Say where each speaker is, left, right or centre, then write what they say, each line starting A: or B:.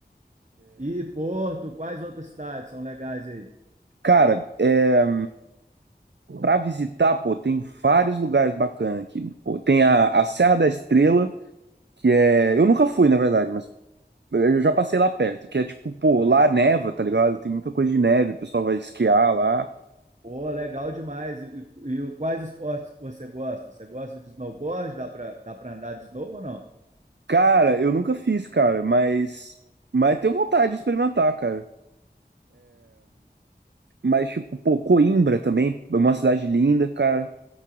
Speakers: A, on the right (about 45°); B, on the right (about 80°).
A: E Porto, quais outras cidades são legais aí?
B: Cara, é, para visitar, pô, tem vários lugares bacanas aqui. Pô, tem a, a Serra da Estrela, que é. Eu nunca fui, na verdade, mas eu já passei lá perto, que é tipo, pô, lá neva, tá ligado? Tem muita coisa de neve, o pessoal vai esquiar lá.
A: Pô, legal demais. E, e- e quais esportes que você gosta? Você gosta de snowboard? Dá pra, dá pra andar de snow ou não?
B: Cara, eu nunca fiz, cara, mas. Mas tenho vontade de experimentar, cara. Mas, tipo, pô, Coimbra também, é uma cidade linda, cara.